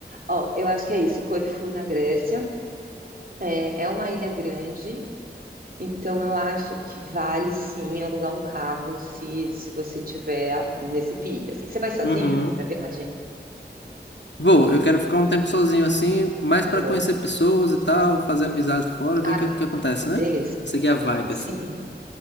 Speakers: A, on the right; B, on the left.
A: Ó, eu acho que é isso. Corfu, na Grécia, é, é uma ilha grande, então eu acho que vale sim alugar um carro se, se você tiver nesse pique, assim. Você vai sozinho
B: Uhum.
A: para viagem?
B: Vou, eu quero ficar um tempo sozinho assim, mais
A: Boa.
B: para conhecer pessoas e tal, fazer amizades fora, ver
A: Ah,
B: o que, que acontece,
A: delícia.
B: né? Seguir a vibe
A: Sim.
B: assim.